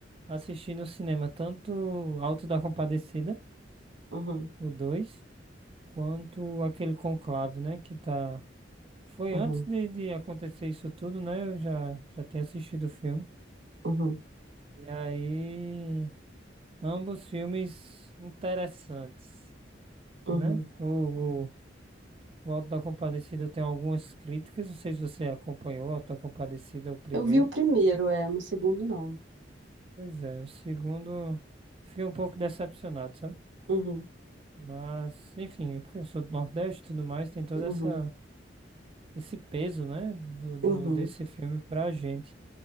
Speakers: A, on the right; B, on the right.
A: assisti no cinema, tanto Alto da Compadecida.
B: Uhum,
A: o 2 quanto aquele conclave, né? Que tá. Foi
B: uhum,
A: antes de, de acontecer isso tudo, né? Eu já, já tinha assistido o filme.
B: uhum,
A: E aí, ambos filmes interessantes, né?
B: uhum.
A: O, o, o Auto da Compadecida tem algumas críticas, não sei se você acompanhou o Auto da Compadecida, o primeiro.
B: Eu vi o primeiro, é, mas o segundo não.
A: Pois é, o segundo, fiquei um pouco decepcionado, sabe?
B: Uhum,
A: Mas, enfim, porque eu sou do Nordeste e tudo mais, tem toda
B: uhum,
A: essa. esse peso, né, do, do-
B: uhum.
A: desse filme pra gente.